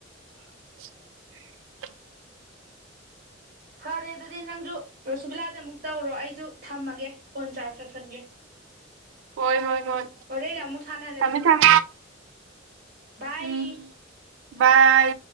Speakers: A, on the right; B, on the right.
A: ꯎꯝ
B: ꯐꯔꯦ ꯑꯗꯨꯗꯤ ꯅꯪꯁꯨ ꯁꯨꯕꯤꯂꯥꯗ ꯑꯃꯨꯛ ꯇꯧꯔꯣ ꯑꯩꯁꯨ ꯊꯝꯃꯒꯦ ꯐꯣꯟ ꯆꯥꯔꯖ ꯇꯧꯁꯟꯒꯦ
A: ꯍꯣꯏ ꯍꯣꯏ ꯍꯣꯏ
B: ꯍꯣꯔꯦꯟ ꯑꯃꯨꯛ ꯁꯥꯟꯅꯔꯁꯤ
A: ꯊꯝꯃꯦ ꯊꯝ
B: ꯕꯥꯏ
A: ꯎꯝ ꯕꯥꯏ